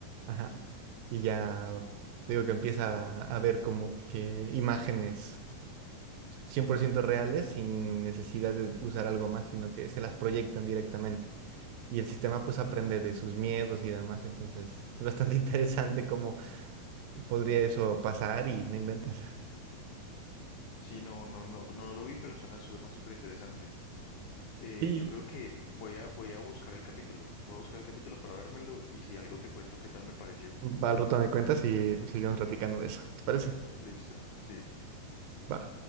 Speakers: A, on the right; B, on the left.
A: Ajá. Y ya digo que empieza a ver como que imágenes 100% reales sin necesidad de usar algo más, sino que se las proyectan directamente. Y el sistema pues aprende
B: Mm,
A: de sus miedos y demás, entonces es bastante <laughs> interesante cómo podría eso pasar y no inventas.
B: sí, no, no, no, no lo vi, pero suena, suena súper interesante. Eh,
A: Sí.
B: yo creo que voy a, voy a buscar el capítulo. Voy a buscar el capítulo para vérmelo y si algo te cuento qué tal me pareció.
A: Va al rato me cuentas y seguimos platicando de eso. ¿Te parece?
B: Listo, sí.
A: Va.